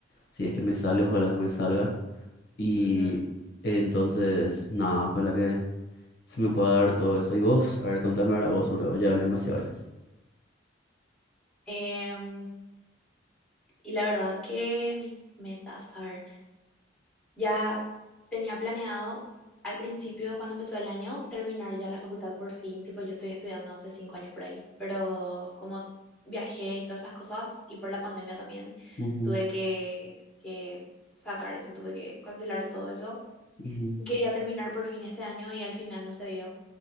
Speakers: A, on the left; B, in the centre.
A: Si es que me sale, ojalá que me salga. Y
B: Ujú.
A: eh, entonces, nada, ojalá que se me pueda dar todo eso. Y vos, a ver, contame ahora vos sobre vos, ya hablé demasiado ya.
B: Em, Y la verdad que mis metas, a ver, ya tenía planeado al principio, cuando empezó el año, terminar ya la facultad por fin, tipo yo estoy estudiando hace cinco años por ahí, pero como viajé y todas esas cosas, y por la pandemia también,
A: Ujú,
B: tuve que, que sacar eso, tuve que cancelar todo eso.
A: ujú,
B: Quería terminar por fin este año y al final no se dio.